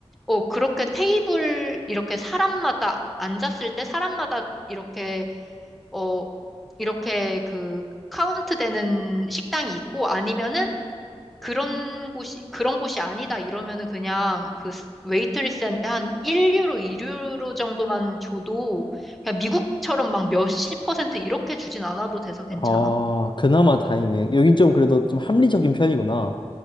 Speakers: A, in the centre; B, on the left.
A: 어, 그렇게 테이블, 이렇게 사람마다, 앉았을 때 사람마다 이렇게, 어, 이렇게 그 카운트 되는 식당이 있고 아니면은 그런 곳이, 그런 곳이 아니다 이러면은 그냥 그 스- 웨이트리스한테 한 1유로, 2유로 정도만 줘도 그냥 미국처럼 막 몇십 퍼센트 이렇게 주진 않아도 돼서 괜찮아.
B: 아, 그나마 다행이네. 여긴 좀 그래도 좀 합리적인 편이구나.